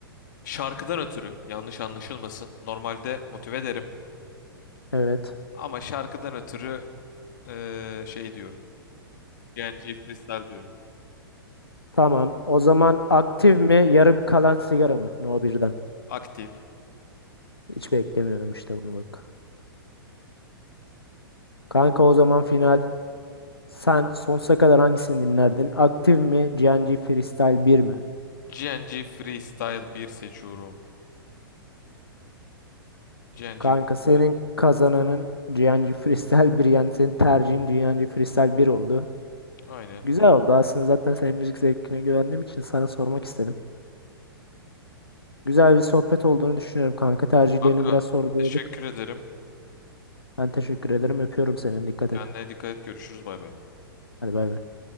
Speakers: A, on the left; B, on the left.
A: Şarkıdan ötürü yanlış anlaşılmasın. Normalde motive derim.
B: Evet.
A: Ama şarkıdan ötürü eee, şey diyorum. GNG Freestyle diyorum.
B: Tamam. O zaman aktif mi, yarım kalan sigara mı? No birden.
A: Aktif.
B: Hiç beklemiyordum işte bunu bak. Kanka o zaman final. Sen sonsuza kadar hangisini dinlerdin? Aktif mi, GNG Freestyle bir mi?
A: GNG Freestyle bir seçiyorum. GNG
B: Kanka
A: Freestyle.
B: senin kazananın GNG Freestyle bir yani senin tercihin GNG Freestyle bir oldu.
A: Aynen.
B: Güzel oldu aslında zaten senin müzik zevkine güvendiğim için sana sormak istedim. Güzel bir sohbet olduğunu düşünüyorum kanka. Tercihlerini
A: Kanka
B: biraz sorguladık.
A: teşekkür ederim.
B: Ben teşekkür ederim. Öpüyorum seni. Dikkat
A: Kendine
B: et.
A: dikkat et. Görüşürüz. Bay bay.
B: Hadi bay bay.